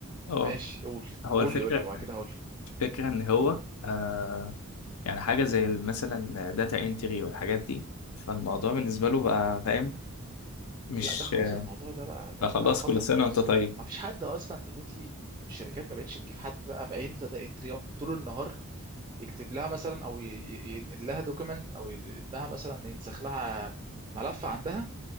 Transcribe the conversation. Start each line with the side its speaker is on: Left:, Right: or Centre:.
Left: اه
Right: ماشي قول
Left: هو
Right: قول
Left: الفكره
Right: لي قول لي وبعد كده هقول لك
Left: الفكره ان هو آه يعني حاجه زي مثلا داتا انتري والحاجات دي فالموضوع بالنسبه له بقى فاهم مش
Right: لا ده خلاص الموضوع ده بقى ده,
Left: لا
Right: ده
Left: خلاص
Right: بقى خطر
Left: كل سنة
Right: بالنسبه
Left: وانت طيب
Right: لك ما فيش حد اصلا دلوقتي الشركات ما بقتش تجيب حد بقى بعينه داتا انتري يقعد طول النهار يكتب لها مثلا او ي- ي- ينقل لها دوكيمنت او ينقل لها مثلا ينسخ لها ملف عندها